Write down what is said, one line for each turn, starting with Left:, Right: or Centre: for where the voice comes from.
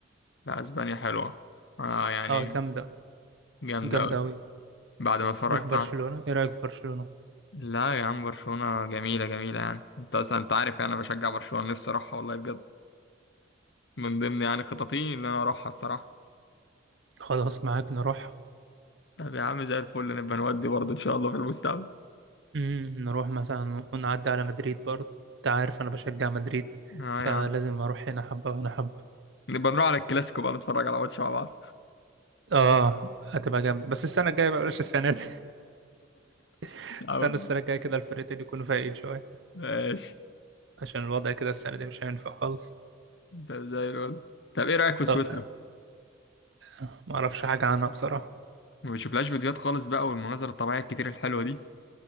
Left: لا اسبانيا حلوه اه يعني
Right: اه جامدة
Left: جامده
Right: جامدة
Left: قوي
Right: أوي
Left: بعد ما اتفرجت
Right: نروح برشلونة
Left: على-
Right: إيه رأيك في برشلونة؟
Left: لا يا عم برشلونه جميله جميله يعني انت اصلا انت عارف يعني انا بشجع برشلونه نفسي اروحها والله بجد من ضمن يعني خططي ان انا اروحها الصراحه
Right: خلاص معاك نروح
Left: طب يا عم زي الفل نبقى نودي برضه ان شاء الله في المستقبل
Right: مم. نروح مثلا ونعدي على مدريد برضه أنت عارف أنا بشجع مدريد
Left: اه
Right: فلازم
Left: يا عم
Right: أروح هنا حبة وهنا حبة
Left: نبقى نروح على الكلاسيكو بقى نتفرج على ماتش مع بعض
Right: اه هتبقى جامد بس السنة الجاية بقى بلاش السنة دي <laughs>
Left: <laughs>
Right: استنى السنة
Left: <laughs>
Right: الجاية كده الفرقتين يكونوا فايقين شوية
Left: ماشي
Right: عشان الوضع كده السنة دي مش هينفع خالص
Left: ده زي الولد طب ايه رأيك في سويسرا؟
Right: طب آه، ما اعرفش حاجة عنها بصراحة
Left: ما بتشوفلهاش فيديوهات خالص بقى والمناظر الطبيعية الكتير الحلوة دي